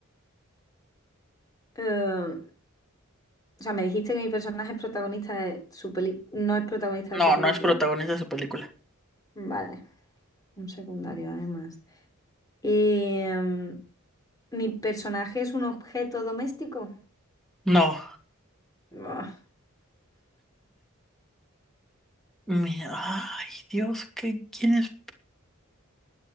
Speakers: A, on the left (about 15°); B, in the centre.
A: Eh, o sea, me dijiste que mi personaje es protagonista de su peli- no es protagonista
B: No,
A: de su película.
B: no es protagonista de su película.
A: Vale, un secundario además. Eh, ¿mi personaje es un objeto doméstico?
B: No.
A: Buah.
B: Me- Ay, Dios, ¿qué, quién es?